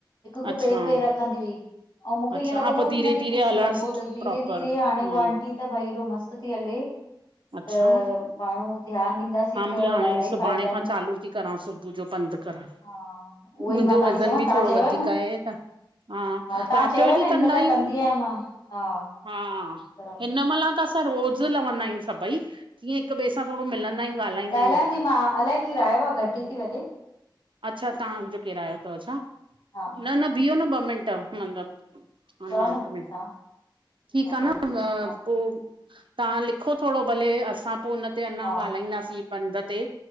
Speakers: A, on the left (about 60°); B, on the right (about 80°).
A: हिकु-हिकु,
B: अच्छा
A: पेर-पेर रखंदी हुई। अउं मुखे
B: अच्छा
A: ईअं लॻंदो
B: हा पो
A: हो कि
B: धीरे
A: हिनखे
B: धीरे
A: कुछु
B: हलण
A: लॻो
B: सिख
A: तस, धीरे-धीरे,
B: प्रॉपर हा
A: हाणें उहा अंटी त भई एॾो मस्तु ती हले त,
B: अच्छा
A: माण्हूं ध्यानु ॾींदासीं त
B: भी हाणें,
A: ॾाढा
B: सुभाणे
A: ई फ़ाइदा आहिनि
B: खां चालू ती करां सुबुह जो पंधु करण,
A: हा उहो
B: मुजो
A: ई मां तव्हांखे
B: वज़ वज़न
A: चवां
B: बि
A: तव्हां
B: थोड़ो
A: चयव
B: वधीक आहे न हा,
A: तव्हां
B: राति
A: चयव
B: जो जीयं
A: न हिन
B: कंदा
A: महिल
B: आहियूं
A: कंदी आहियां मां हा
B: हा
A: बराबरि
B: हिनमलां त असां रोज़ु लहंदा आहियूं सभई कीअं हिक ॿिए सां थोड़ो
A: हा
B: मिलंदा आहियूं ॻाल्हाईंदा
A: ॻाल्हायां
B: आहियूं
A: ती मां अलाए केरु आयो आ घंटी ती वॾे
B: अच्छा तहां जो केर आयो तव छा?
A: हा
B: न
A: हा
B: न बीह्यो न ॿ मिंट मतलब अ
A: चओ
B: न हिकु मिंट,
A: छा
B: ठीक
A: मां
B: आ
A: खोले
B: न
A: थी अचां
B: अ
A: हा
B: पो तां लिखो थोङो भले असां पो हुन ते अञां
A: हा
B: ॻाल्हाईंदासीं। पंध ते,